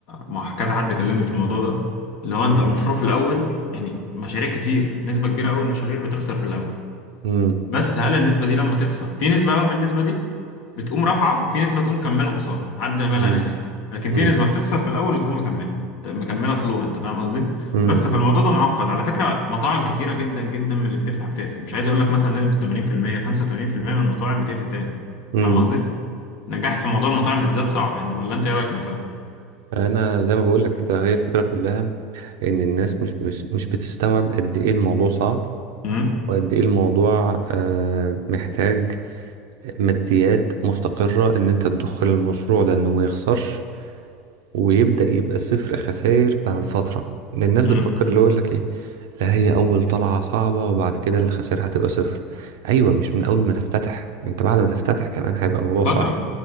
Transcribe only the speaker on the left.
مع كذا حد كلمني في الموضوع ده اللي هو انت
المشروع في الاول يعني مشاريع كتير نسبه كبيره قوي من المشاريع بتخسر في الاول
بس هل النسبه دي لما تخسر في نسبه بقى من النسبه دي بتقوم رافعه وفي نسبه تقوم مكمله خساره لحد ما
لا نهايه لكن
في نسبه بتخسر في الاول وتقوم مكمله ت- مكمله طلوع انت فاهم قصدي
بس فالموضوع ده معقد على فكره مطاعم كتيره جدا جدا من اللي بتفتح بتقفل مش عايز اقول لك مثلا نسبه 80% 85% من المطاعم بتقفل تاني أنت
فاهم قصدي نجاح في موضوع المطاعم بالذات صعب يعني ولا انت ايه رايك مثلا
امم
امم
فتره